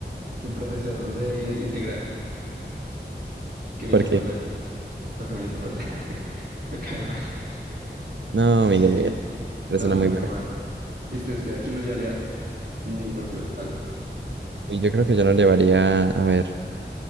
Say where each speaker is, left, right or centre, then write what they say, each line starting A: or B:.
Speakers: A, on the right; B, on the right.
A: Mi profesor de integral, que me
B: Porque,
A: hizo perder. Porque me hizo perder. <laughs> Me cae mal.
B: no,
A: Eso
B: Miguel,
A: sí,
B: Miguel, persona
A: solo porque
B: muy
A: me
B: buena.
A: cae mal. Y usted, usted aquí no llevaría ni porque le paguen.
B: Y yo creo que yo no llevaría, a ver,